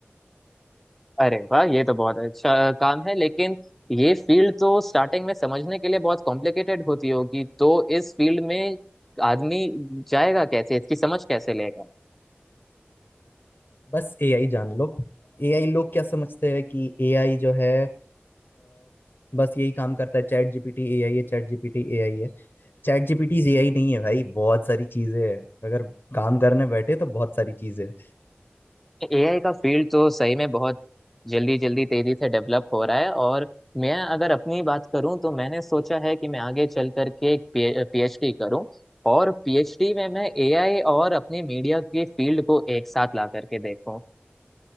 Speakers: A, in the centre; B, on the left (about 60°).
A: अरे वाह ये तो बहुत अच्छा काम है लेकिन ये फील्ड तो स्टार्टिंग में समझने के लिए बहुत कॉम्प्लिकेटेड होती होगी तो इस फील्ड में आदमी जाएगा कैसे इसकी समझ कैसे लेगा
B: बस एआई जान लो एआई लोग क्या समझते हैं कि एआई जो है अ, बस यही काम करता है चैट जीपीटी एआई है चैट जीपीटी एआई है चैट जीपीटी एआई नहीं है भाई बहुत सारी चीजें हैं अगर काम करने बैठे तो बहुत सारी चीजें हैं
A: एआई का फील्ड तो सही में बहुत जल्दी जल्दी तेजी से डेवलप हो रहा है और मैं अगर अपनी बात करूं तो मैंने सोचा है कि मैं आगे चल करके एक पीएचडी करूं और पीएचडी में मैं एआई और अपनी मीडिया की फील्ड को एक साथ ला करके देखूं